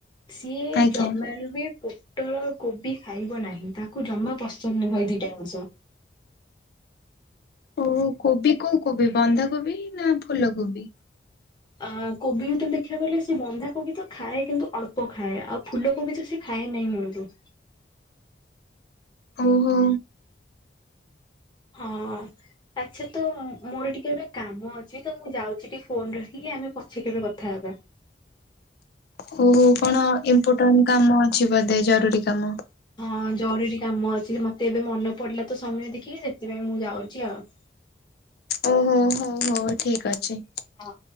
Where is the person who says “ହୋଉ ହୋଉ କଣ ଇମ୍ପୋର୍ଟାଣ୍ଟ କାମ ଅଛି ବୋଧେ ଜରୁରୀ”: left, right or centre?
Left